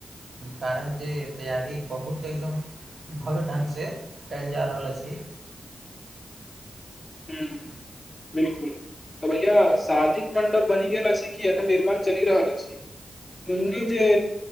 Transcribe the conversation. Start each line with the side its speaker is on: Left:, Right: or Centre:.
Right: कारण जे तैयारी बहुत एकदम भव्य ढंग से कयल जा रहल अछि
Left: ह बिलकुल तऽ भैया शादीक मण्डप बनि गेल या सीखिए निर्माण चलि रहल अछि सुनल जे